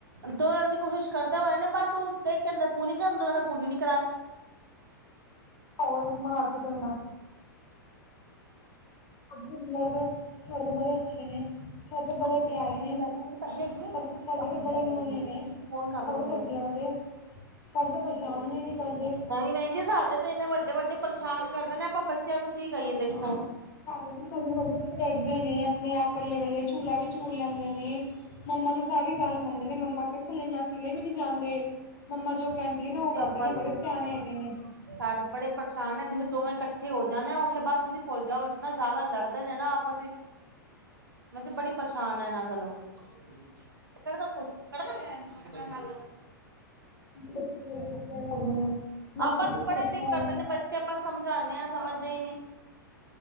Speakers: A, on the right; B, on the left.
A: ਦੋਵੇ ਲੜਨ ਦੀ ਕੋਸ਼ਿਸ਼ ਕਰਦੇ ਹੋਏ ਨੇ, ਬਸ ਉਹ ਕੰਦਾ ਪੂਰੀ ਕਰਾਦੇ ਦੂਜੇ ਕਦਾ ਪੂਰੀ ਨੀ ਕਰਾਣੀ।
B: ਹੋਰ ਮਾਰ ਦੋ ਚਡਾ। ਸਾਡੇ ਤੇ ਨਹੀਂ ਲੜਦੇ ਸਾਡੇ ਤੇ ਬੜੇ ਅੱਛੇ ਨੇ। ਸਾਡੇ ਤੇ ਬੜੇ
A: ਅੱਛਾ
B: ਪਿਆਰੇ
A: ਚੱਲਾਂਗੇ ਮੰਮੀ
B: ਨੇ,
A: ਲੈ ਕੇ ਆਉਣਗੇ ਪੈਸੇ ਹੈਗੇ ਆ ਹਾਂ
B: ਸਾ ਸਾਡੇ ਤੇ ਬੜੇ
A: ਪੈਸੇ
B: ਨੋਣੇ
A: ਹੈਗੇ
B: ਨੇ।
A: ਫੋਨ ਕਰ
B: ਸਾਡੇ
A: ਦੋ ਮੰਮੀ
B: ਤੇ
A: ਨੂੰ
B: ਨਹੀਂ ਲੜਦੇ, ਸਾਡੇ ਤੇ ਪਰੇਸ਼ਾਨ ਵੀ ਨੀ ਕਰਦੇ।
A: ਨਹੀਂ-ਨਹੀਂ ਜੀ ਸਾਡੇ ਤੇ ਇੰਨੇ ਵੱਡੇ-ਵੱਡੇ ਪਰੇਸ਼ਾਨ ਕਰਦੇ ਨੇ, ਆਪਾਂ ਬੱਚਿਆਂ ਨੂੰ ਕੀ ਕਹੀਏ
B: ਨਾ-
A: ਦੇਖੋ
B: ਨਾ। ਸਾਡੇ ਵੀ ਲੜ-ਲੜ ਕੇ ਖੇਡਦੇ ਨੇ, ਆਪਣੇ ਆਪ ਇਕੱਲੇ-ਇਕੱਲੇ ਝੋਲਾ ਵੀ ਝੂਲ ਲੈਂਦੇ ਨੇ। ਮੰਮਾ ਦੀ ਸਾਰੀ ਗੱਲ ਮੰਨਦੇ ਨੇ, ਮੰਮਾ ਕਹਿੰਦੇ ਥੱਲੇ ਜਾਨਾਂ ਥੱਲੇ ਵੀ ਨਹੀਂ ਜਾਂਦੇ। ਮੰਮਾ ਜੋ ਕਹਿੰਦੀ ਹੈ ਨਾ ਉਹ
A: ਤੇ
B: ਕਰਦੇ
A: ਆਪਾਂ
B: ਨੇ
A: ਤੇ
B: ਬੜੇ ਸਿਆਣੇ ਹੈਗੇ ਨੇ।
A: ਸਾਡੇ ਬੜੇ ਪਰੇਸ਼ਾਨ ਨੇ ਜਿੱਥੇ ਦੋਵੇਂ ਇਕੱਠੇ ਹੋ ਜਾਣ ਆ, ਉਥੇ ਬਸ ਤੁਸੀਂ ਭੁੱਲ ਜਾਓ ਇਤਨਾ ਜ਼ਿਆਦਾ ਲੜਦੇ ਨੇ ਨਾ ਆਪਸ ਵਿੱਚ। ਮੈਂ ਤੇ ਬੜੀ ਪਰੇਸ਼ਾਨ ਆ ਇਹਨਾਂ ਕਲੋਂ। ਤੇ ਕਟਦਾ ਫੋਨ ਕਟਦਾ <unintelligible>
B: ਬੱਚੇ ਬੜੇ ਵਧੀਆ ਹੈਗੇ ਨੇ ਮਤਲਬ
A: ਆਪਾਂ ਵੀ
B: ਕਿ
A: ਬੜੇ
B: ਪਰੇਸ਼ਾਨ
A: ਦਿੱਖ ਕਰਦੇ ਨੇ ਬੱਚੇ <unintelligible> ਆਪਾਂ ਸਮਝਾਉਦੇ ਹਾਂ ਸਮਝਦੇ ਹੀ ਨਹੀਂ।